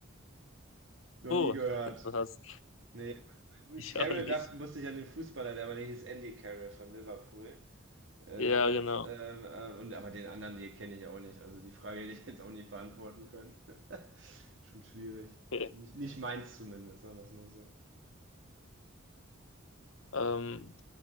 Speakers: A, on the right (about 65°); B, on the left (about 75°).
A: Noch
B: Oh,
A: nie gehört.
B: <laughs> was?
A: Nee, bei
B: Ich
A: Carroll
B: auch nicht.
A: dachte, musste ich an den Fußballer, der aber der hieß Andy Carroll von Liverpool äh,
B: Ja,
A: damals.
B: genau.
A: Ähm, äh, und aber den anderen, die kenne ich auch nicht. Also die Frage hätte ich jetzt auch nicht beantworten können. <laughs> Schon schwierig.
B: Okay.
A: Also nicht, nicht meins zumindest, sagen wir es mal so.
B: Ähm,